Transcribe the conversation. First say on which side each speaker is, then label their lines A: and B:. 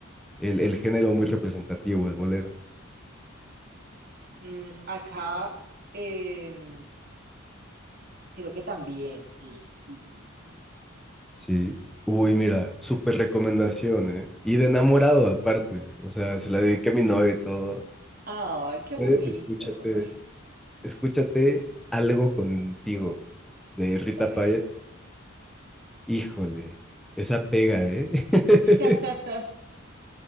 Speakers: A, in the centre; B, on the right.
A: el, el género muy representativo, el bolero.
B: Mm, acá, em, Creo que también, sí, sí, sí, sí.
A: Sí. Uy, mira, súper recomendación, ¿eh? Y de enamorado aparte. O sea, se la dediqué a mi novia y todo.
B: Ay, qué bonito.
A: Puedes escúchate, escúchate algo contigo de
B: Está
A: Rita
B: bien.
A: Payas. Híjole, esa pega, ¿eh? <laughs>
B: <laughs>